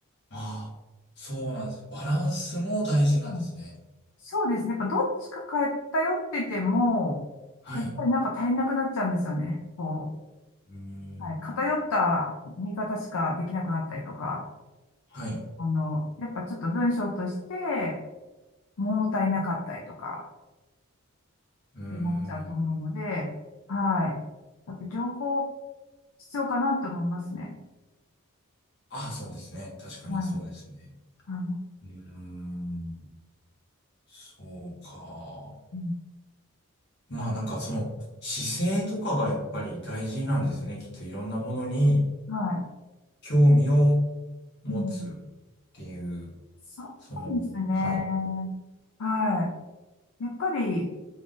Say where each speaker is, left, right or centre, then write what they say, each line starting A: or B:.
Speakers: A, on the left; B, on the left.
A: ああ、そうなんですね。バランスも大事なんですね。
B: うんそうですね。やっぱどっちか偏ってても、
A: はい。
B: やっぱりなんか足りなくなっちゃうんですよね。こ
A: うーん。
B: う、はい、偏った見方しかできなくなったりとか、
A: はい。
B: あの、やっぱちょっと文章として物足りなかったりとかってなっちゃうと思うので、
A: うーん。
B: はい。やっぱ情報必要かなって思いますね。
A: ああ、そうですね。確かにそうですね。
B: はい。あの、
A: うーん。そうか。
B: うん
A: まあなんかその姿勢とかがやっぱり大事なんですよね。きっといろんなものに
B: は
A: 興味を持つっ
B: い。うん、
A: ていう、
B: そうですね。
A: その、はい。
B: はい。やっぱり、